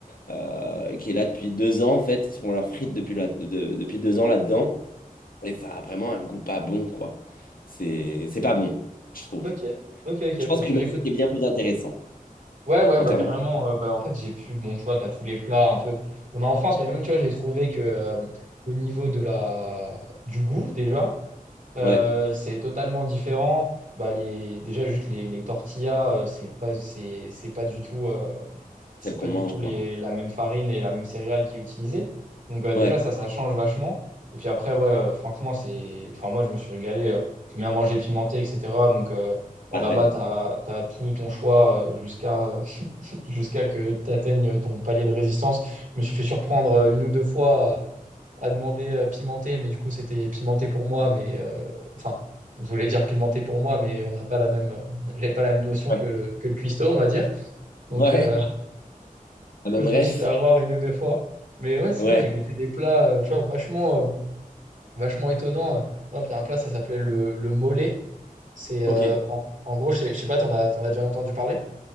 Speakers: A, on the left; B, on the right.
A: euh, qui est là depuis deux ans en fait. Ils font leurs frites depuis, là- de- de- depuis deux ans là-dedans. Et ça a vraiment un goût pas bon, quoi. C'est c'est pas bon, je trouve.
B: ok, ok, ok.
A: Je pense
B: Bah,
A: que
B: tu
A: le Mexique
B: vois, écoute.
A: est bien plus intéressant
B: Ouais, ouais,
A: en
B: bah
A: termes
B: carrément.
A: de...
B: euh, bah, en fait, j'ai pu. Bon, tu vois, t'as tous les plats un peu. On a en France, mais même, tu vois, j'ai trouvé que euh, au niveau de la... du goût, déjà, euh,
A: Ouais,
B: c'est totalement différent. Bah, les... Déjà, juste les, les tortillas, euh, c'est pas, c'est, c'est pas du tout. euh, c'est
A: celle qu'on
B: pas du
A: mange,
B: tout
A: quoi.
B: les, la même farine et la même céréale qui est utilisée. Donc euh,
A: Ouais,
B: déjà, ça, ça change vachement. Et puis après, ouais, euh, franchement, c'est... Enfin, moi, je me suis régalé. euh, j'aime bien manger pimenté, etc. Donc euh, bah,
A: pareil.
B: là-bas, t'as, t'as tout ton choix euh, jusqu'à <laughs> jusqu'à que t'atteignes ton palier de résistance. Je me suis fait surprendre euh, une ou deux fois à, à demander euh, pimenté, mais du coup, c'était pimenté pour moi, mais... euh, Enfin, je voulais dire pimenté pour moi, mais on n'a pas la même, on n'a pas la même notion
A: Ouais.
B: que le, que le cuistot, on va dire. Donc,
A: Ouais,
B: euh,
A: la même
B: donc, je
A: ref.
B: me suis fait avoir une ou deux fois. Mais ouais, sinon,
A: Ouais,
B: j'ai goûté des plats, euh, tu vois, vachement, euh, vachement étonnants. Euh, Par exemple, il y a un plat, ça s'appelait le, le mollet. C'est,
A: ok.
B: euh, en, en gros, je sais, je sais pas, t'en as, t'en as déjà entendu parler?